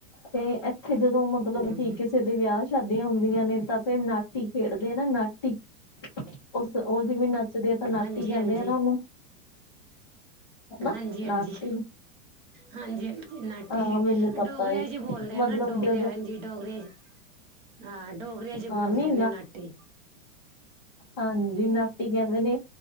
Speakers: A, on the left; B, on the right.
A: ਤੇ ਇੱਥੇ ਜਦੋਂ ਮਤਲਬ
B: ਹਾਂਜੀ
A: ਕੀ ਕਿਸੇ ਵਿਆਹ ਸ਼ਾਦੀਆਂ ਹੁੰਦੀਆਂ ਨੇ, ਤਾਂ ਫੇਰ ਨਾਟੀ, ਖੇਡਦੇ ਆ ਨਾ ਨਾਟੀ। ਉਸ ਉਹ ਜਿਵੇਂ ਨੱਚਦੇ ਆ, ਤਾਂ ਨਾਤੀ
B: ਹਾਂਜੀ
A: ਕਹਿੰਦੇ
B: ਹਾਂਜੀ
A: ਆ ਨਾ ਉਹਨੂੰ। ਹਨਾ
B: ਹਾਂਜੀ- ਹਾਂਜੀ-
A: ਨਾਟੀ
B: ਹਾਂਜੀ ਨਾਟੀ,
A: ਹਾਂ ਮੈਨੂੰ ਪਤਾ
B: ਠ ਡੋਗਰਿਆਂ
A: ਏ
B: ਚ ਬੋਲਦੇ ਆ
A: ਮਤਲਬ
B: ਨਾ, ਡੋਗਰੇ
A: ਜਦੋਂ
B: ਹਾਂਜੀ ਡੋਗਰਿਆਂ ਚ। ਹਾਂ ਡੋਗਰਿਆ ਚ
A: ਹਾਂ
B: ਬੋਲਦੇ
A: ਨੀ
B: ਨੇ, ਨਾਟੀ।
A: ਹਾਂਜੀ, ਨਾਟੀ ਕਹਿੰਦੇ ਨੇ,